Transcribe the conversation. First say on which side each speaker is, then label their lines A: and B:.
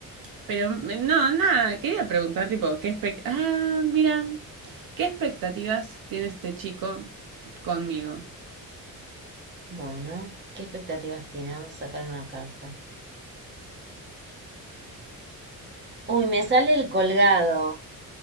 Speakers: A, on the right; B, on the right.
A: pero me- no, nada, quería preguntar tipo, ¿qué expec- ah, mira, ¿qué expectativas tiene este chico conmigo?
B: Bueno, ¿qué expectativas tiene? Vamos a sacar una carta. Uy, me sale el colgado.